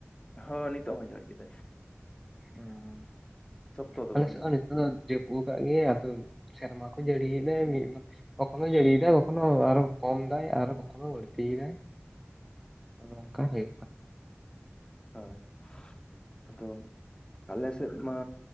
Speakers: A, on the left; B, in the centre.
A: ᱦᱳ ᱱᱤᱛᱚᱜ ᱦᱚᱸ ᱡᱟᱲᱤ ᱠᱮᱫᱟ᱾
B: ᱚᱸ
A: ᱥᱚᱠᱛᱚ ᱫᱚ
B: ᱟᱞᱮ
A: ᱵᱟᱝᱜᱮ
B: ᱥᱮᱜ ᱦᱚᱸ ᱟᱸ ᱡᱟᱹᱯᱩᱫ ᱟᱠᱟᱫ ᱜᱮᱭᱟ ᱟᱫᱚ ᱥᱮᱨᱢᱟ ᱠᱚ ᱡᱟᱹᱲᱤᱭᱮᱫᱟᱭ ᱢᱤᱫ ᱠᱚᱠᱷᱚᱱᱳ ᱡᱟᱹᱲᱤᱭ ᱫᱟᱭ ᱠᱚᱠᱷᱚᱱᱳ ᱟᱨᱚ ᱠᱚᱢ ᱫᱟᱭ ᱟᱨ ᱠᱚᱠᱷᱚᱱᱳ ᱵᱟᱹᱲᱛᱤᱭ ᱫᱟᱭ
A: <inaudible>
B: ᱱᱚᱝᱠᱟ ᱦᱩᱭᱩᱜ ᱠᱟᱱᱟ᱾
A: ᱦᱳᱭ ᱟᱫᱚ ᱟᱞ ᱥᱮᱫ ᱢᱟ